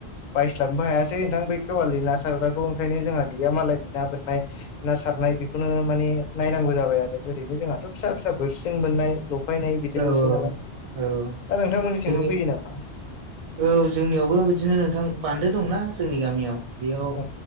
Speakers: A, on the left; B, on the right.
A: बायस्लानोबो हायासै नोंथां बै केेवालि ना सारग्राखौ ओंखायनो जोंहा गैया मालायनि ना बोननाय ना सारनाय बेखौनो माने नायनांगौ जाबाय आरो ओरैनो जोंहा फिसा फिसा बोर्सिजों बोननाय लफायनाय बिदिल'सै
B: औ
A: नालाय
B: औ
A: दा नोंथांमोननिसिंबो
B: जोंनि
A: फैयो नामा?
B: औ जोंनियावबो बिदिनो नोंथां बान्दो दंना जोंनि गामियाव बेयाव
A: औ